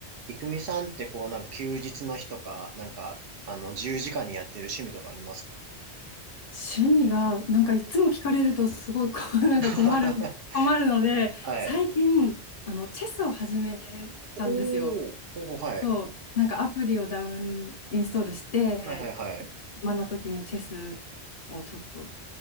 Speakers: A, on the right; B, on the left.
A: いくみさんってこう、なんか休日の日とか、なんか、あの、自由時間にやってる趣味とかありますか
B: 趣味が、なんかいつも聞かれるとすごいこう、<laughs> なんか困る、
A: <laughs>
B: 困るので、
A: はい。
B: 最近、あの、チェスを始めたんですよ。
A: おー、おー、はい。
B: そう、なんかアプリをダウン、インストールして、
A: はいはいはい。
B: 暇な時にチェスをちょっと、